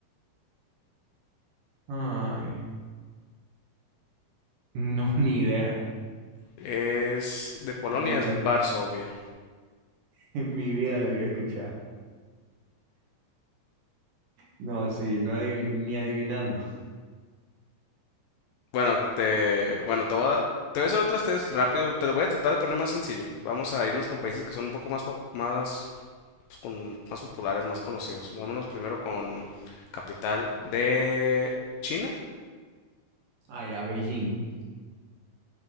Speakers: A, on the right (about 65°); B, on the left (about 80°).
A: Ay, no, <laughs> ni idea.
B: Es, de Polonia
A: Me Rindo
B: es
A: ahí.
B: Varsovia.
A: <laughs> En mi vida lo había escuchado. No, sí, no adivi- ni adivinando.
B: Bueno, te, bueno, te voy a, te voy a hacer otras test rápido. Te lo voy a tratar de poner más sencillo. Vamos a irnos con países que son un poco más, pop- más, pues, con, más populares, más conocidos. Vámonos primero con capital de China.
A: Ay, a Beijing.